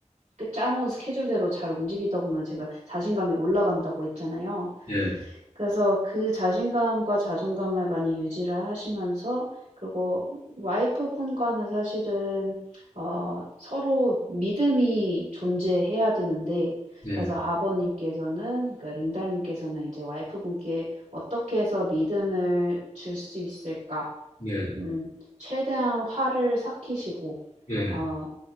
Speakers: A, on the right (about 80°); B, on the left (about 80°).
A: 그 짜 놓은 스케줄대로 잘 움직이다 보면 제가 자신감이 올라간다고 했잖아요.
B: 예,
A: 그래서 그 자신감과 자존감을 많이 유지를 하시면서 그리고 와이프분과는 사실은 어 서로 믿음이 존재해야 되는데
B: 예,
A: 그래서 아버님께서는 그러니까 링달님께서는 이제 와이프분께 어떻게 해서 믿음을 줄 수 있을까?
B: 예,
A: 음, 최대한 화를 삭히시고
B: 예,
A: 어,